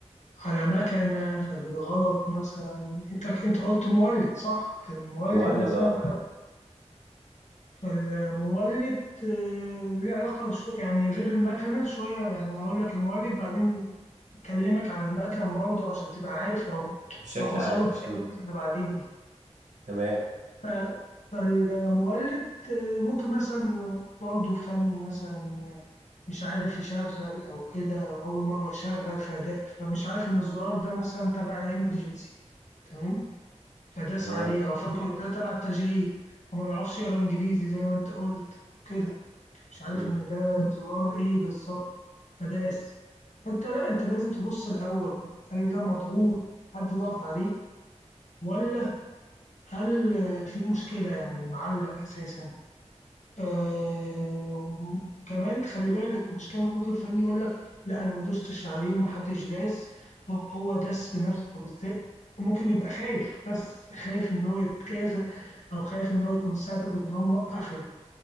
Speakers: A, on the left; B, on the right.
A: على مكنة فبالغلط مثلا انت انت قلت مولد صح كان مولد
B: مولد
A: مثلا
B: اه
A: فالمولد آه، ليه علاقة شو يعني غير المكنة شوية يعني هقول لك المولد بعدين أكلمك عن المكن برضه عشان تبقى عارف لو
B: بشكل
A: لو حصل
B: عام
A: لك في
B: مم.
A: أي مكنة بعدين يعني
B: تمام
A: ف- فالمولد آه، ممكن مثلا برضه فني مثلا آه، مش عارف يشغل أو كده أو أول مرة يشغل فده فمش عارف إن الزرار ده مثلا تبع الإمرجنسي تمام فداس
B: تمام
A: عليه أو فاكره ده تبع التشغيل وما بيعرفش يقرا إنجليزي زي ما أنت قلت وكده مش عارف
B: مم.
A: ان ده زرار ايه بالظبط فداس فانت لا انت لازم تبص الاول هل ده مضغوط حد ضغط عليه ولا هل آه، في مشكله يعني معلق اساسا آه كمان تخلي بالك المشكله ممكن فني يقول لك لا انا ما دوستش عليه ما حدش داس هو هو داس بنفسه طب ازاي ممكن يبقى خايف بس خايف ان هو يتجازى او خايف ان هو يكون سبب ان هو موقف